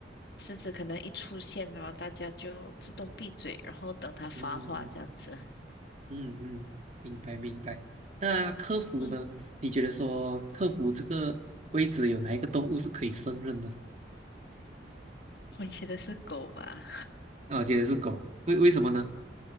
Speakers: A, on the left (about 60°); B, on the right (about 40°).
A: 狮子可能一出现，然后大家就自动闭嘴，然后等它发话这样子。
B: 嗯嗯嗯，明白明白。那客服呢？
A: 嗯，<laughs>
B: 你觉得说客服这个位置有哪一个动物是可以胜任的？
A: 我觉得是狗吧，
B: 啊，我觉得是狗，为为什么呢？